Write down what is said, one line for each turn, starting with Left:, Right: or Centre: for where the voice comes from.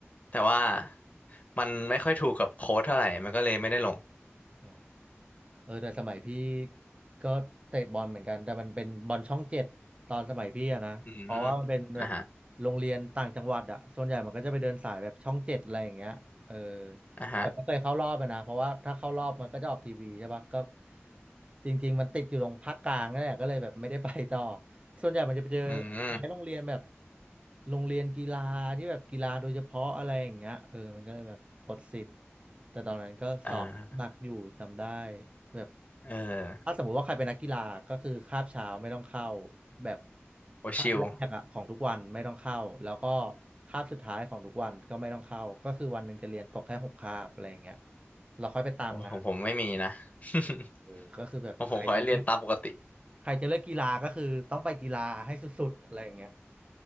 Left: แต่ว่ามันไม่ค่อยถูกกับโค้ชเท่าไหร่มันก็เลยไม่ได้ลง
Right: อ๋อเออแต่สมัยพี่ก็เตะบอลเหมือนกันแต่มันเป็นบอลช่องเจ็ดตอนสมัยพี่อะนะเพราะว่ามันเป็นแบบ
Left: <laughs> อืมอ่ะฮะ
Right: โรงเรียนต่างจังหวัดอะส่วนใหญ่มันก็จะไปเดินสายแบบช่องเจ็ดอะไรอย่างเงี้ยเออ
Left: อ่ะฮะ
Right: แต่ไม่เคยเข้ารอบเลยนะเพราะว่าถ้าเข้ารอบมันก็จะออกทีวีใช่ปะก็จริงๆมันติดอยู่ตรงภาคกลางนั่นแหละก็เลยแบบไม่ได้ไปต่อส่วนใหญ่มันจะไปเจอในโรงเรียนแบบ
Left: อืม
Right: โรงเรียนกีฬาที่แบบกีฬาโดยเฉพาะอะไรอย่างเงี้ยเออมันก็เลยแบบอดสิทธิ์แต่ตอนนั้นก็สอบหนักอยู่จำได้
Left: อ่า
Right: แบบ
Left: เออ
Right: ถ้าสมมุติว่าใครเป็นนักกีฬาก็คือคาบเช้าไม่ต้องเข้าแบบ
Left: โอชิล
Right: คาบแรกอะของทุกวันไม่ต้องเข้าแล้วก็คาบสุดท้ายของทุกวันก็ไม่ต้องเข้าก็คือวันหนึ่งจะเรียนตกแค่หกคาบอะไรอย่างเงี้ยเราค่อยไปตามงาน
Left: โอ้ของผมไม่มีนะ <laughs>
Right: เออก็คือแบบใครจะเลือก
Left: ของผมขอให้เรียนตามปกติ
Right: ใครจะเลือกกีฬาก็คือต้องไปกีฬาให้สุดๆอะไรอย่างเงี้ย